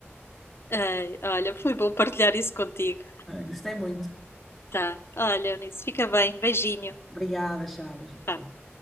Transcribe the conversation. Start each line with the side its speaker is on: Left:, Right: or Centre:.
Left: Ai, olha, foi bom partilhar isso contigo.
Centre: Ah, Gostei muito.
Left: Tá. Olha, Eunice, fica bem. Beijinho.
Centre: Obrigada, Chaves. Até
Left: Tchau.
Centre: logo.